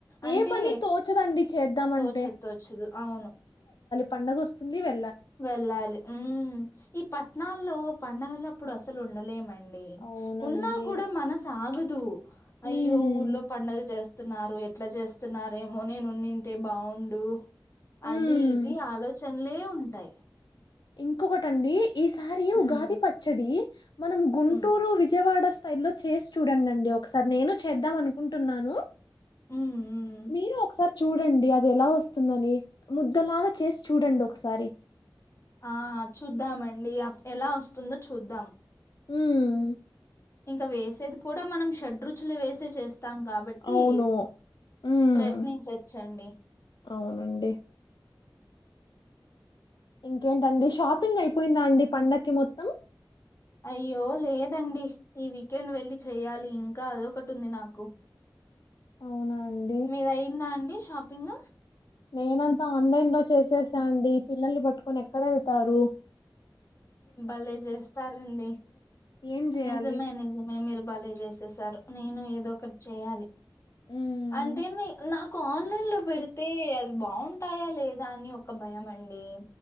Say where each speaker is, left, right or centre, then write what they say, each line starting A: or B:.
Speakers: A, on the left (about 35°); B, on the left (about 65°).
A: అంటే
B: ఏ పని తోచదండి చేద్దామంటే.
A: తోచదు తోచదు అవును
B: పండుగ వస్తుంది వే
A: వెళ్ళాలి ఉ ఈ పట్నా ఓ పండుగల అప్పుడు అసలు ఉండలే మ
B: అవునండి.
A: ఉన్నా కూడా మన సాగ <inaudible>
B: హ్మ్.
A: అయ్యో ఊర్లో పండగ చేస్ స్తున్నారు ఎట్లా చేస్తున్నారేమో నేనుంటే బాగుండు
B: హ్మ్.
A: అది ఇది ఆలోచ చల్లే టై
B: ఇంకొకటండి ఈసారి
A: ఉమ్
B: ఉగాది పచ్చడి మనం గుంటూరు
A: ఉమ్
B: విజయవాడ స్టై లో చేసి చూడండి అండి ఒకసారి నేను చేద్దాం అనుకుంటున్నాను
A: ఉమ్ ఉమ్
B: మీరు ఒకసారి చూడండి అది ఎలా వస్తుందని ముద్ద్దలాగా చేసి చూడండి ఒకసారి
A: ఆ చూద్దామండి ఎలా వస్తుందో చూద్దాం
B: ఉం
A: ఇంకా వేసేది కూడా మనం షడ్రుచులు వేసే చే స్తాం కాబట్టి
B: అవును ఉమ్,
A: ప్రయత్నించచ్చండి
B: అవునండి ఇంకేంటండి షాపింగ్ అయిపోయిందా అండి పండగకి మొత్తం
A: అయ్యో లేదండి ఈ వీకెండ్ వెళ్లి చెయ్యాలి ఇంకా అదొకటి ఉంది నాకు
B: అవునా అండి
A: మీద అయిందా అండి హ్యా ఇంగ
B: నేనంతా ఆన్లైన్ లో చేసేసా అండి పిల్లల్ని పట్టుకొని ఎక్కడెళ్తారు
A: భలే చేస్తారండి
B: ఏం చేయాలి
A: నిజమే నిజమే మీరు బలే చేసేసారు నేను ఏదో ఏదొ ఒకటి చేయాలి
B: ఉమ్.
A: అంటే ని నా ఆన్లైన్ లో పెడితే అది బాగుంటాయా లేదా అని ఒక భయం అండి